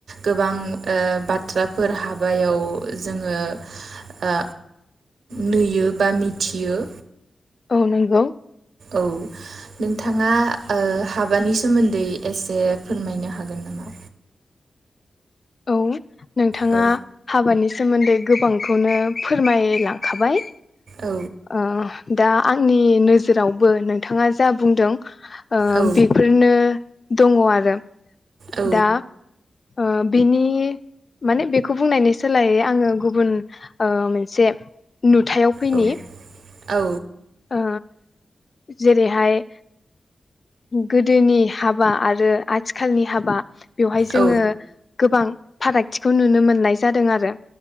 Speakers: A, on the right (about 80°); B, on the left (about 50°).
A: गोबां ओ बाथ्राफोर हाब बायाव जोङो ओ नुयो बा मिथियो।
B: औ नंगौ।
A: औ नोंथाङा ओ हाबानि सोमोन्दै एसे फोरमायनो हागोन नामा?
B: औ। नोंथाङा
A: औ
B: हाबानि सोमोन्दै गोबांखौनो फोरमायलांखाबाय।
A: औ
B: अ। दा आंनि नोजोरावबो नोंथाङा जा बुंदों ओह
A: औ
B: बेफोरनो दङ आरो।
A: औ
B: दा ओह बिनि माने बेखौ बुंनायनि सोलायै आङो गुबुन मोनसे नुथायाव फैनि।
A: औ औ।
B: ओ जेरैहाय गोदोनि हाबा आरो आथिखालनि हाबा। बेवहाय जोङो
A: औ
B: गोबां। फारागथिखौ नुनो मोननाय जादों आरो।